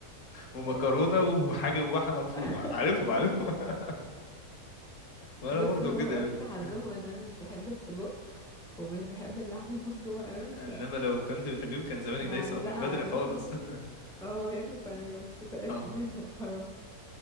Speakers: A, on the left (about 60°); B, in the centre.
A: ومكرونه
B: <laughs> إيه.
A: وحاجه وبحه مفرومه
B: <laughs>
A: عارفهم عارفهم <laughs> وانا
B: بص
A: برضو
B: هو
A: كده
B: بس
A: يا بنت
B: حظهم
A: <laughs>
B: ان انا مش بحب السجق ومش بحب اللحمه المفرومه قوي
A: انما لو كنت بتحبيهم كان زمانك
B: فمعلقه
A: دايسه من بدري
B: على
A: خالص
B: ال- <laughs>
A: <laughs>
B: فهما بياكلوا بانيه بس تقريبا
A: اه
B: <laughs> يا حرام